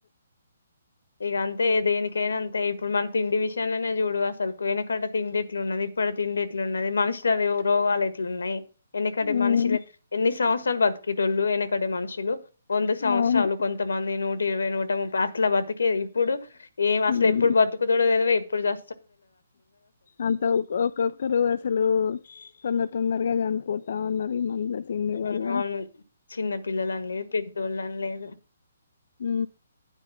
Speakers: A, on the left (about 85°); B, on the left (about 60°).
A: ఇగ అంతే దేనికైనా ఇప్పుడు మన తిండి విష లనే చూడు అసలు పోయిన కాడ తిండిేట్లు ఉన్నది ఇప్పుడు తిండిట్లు ఉన్నది మనుషుల రోగాలు ఎట్లు ఉన్నాయి ఎన్నికంటే
B: ఉమ్
A: మనుషిలు ఎన్ని సం బతికిేటోలు ఎనేనక్కడ మనుషులు వంద సంవత్సరాలు
B: అవును
A: కొంత నూ ఇవై నటి అట్లా బతికేది ఇప్పుడు ఏం అసలు
B: ఉమ్
A: ఎప్పుడు బతుకుతూడ లే జా
B: అంత ఒక్కొక్కరు అసలు తొందర తొందర గా జనపో పోతా ఉ మమలా చండడి వాల్ల
A: ఉమ్, అవును చిన్న పిల్లలుని లేదు పెద్దోళ్ళ అని లేదు
B: ఉ